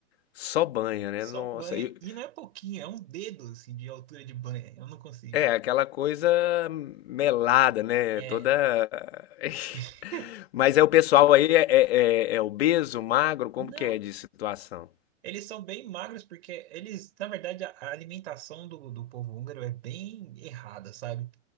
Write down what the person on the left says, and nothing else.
Só banha, né?
Nossa.
e-
é, aquela coisa melada, né?
Toda. <laughs>
Mas é o pessoal aí é, é, é, é obeso, magro? Como
que é de situação?